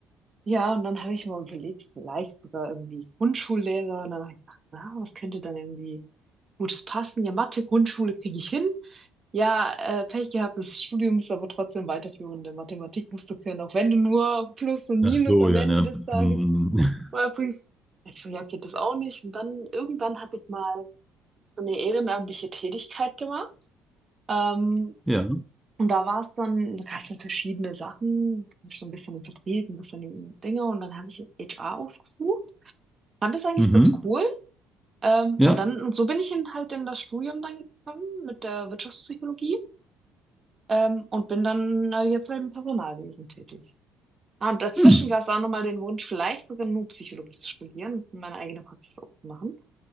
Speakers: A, on the right; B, in the centre.
A: Ja, und dann habe ich mal überlegt, vielleicht sogar irgendwie Grundschullehrer und dann habe ich gedacht, na, was könnte dann irgendwie Gutes passen? Ja, Mathe, Grundschule kriege ich hin. Ja, äh, Pech gehabt, das Studium ist aber trotzdem weiterführende Mathematik musst du können, auch wenn du nur Plus und
B: Ach
A: Minus
B: so,
A: am
B: ja,
A: Ende
B: ne?
A: des Tages
B: Mhm. <laughs>
A: war übrigens, ich so, ja, okay, das auch nicht. Und dann irgendwann habe ich mal so eine ehrenamtliche Tätigkeit gemacht. Ähm,
B: Ja.
A: und da war es dann, da gab es dann verschiedene Sachen, schon ein bisschen im Vertrieb, ein bisschen im Dinge. Und dann habe ich HR ausgesucht. Fand das eigentlich
B: Mhm.
A: ganz cool. Ähm,
B: Ja.
A: und dann, und so bin ich in, halt in das Studium dann gekommen mit der Wirtschaftspsychologie. Ähm, und bin dann äh, jetzt halt im Personalwesen tätig. Ah, und dazwischen
B: Hm.
A: gab es auch nochmal den Wunsch, vielleicht sogar nur Psychologie zu studieren und meine eigene Praxis aufzumachen.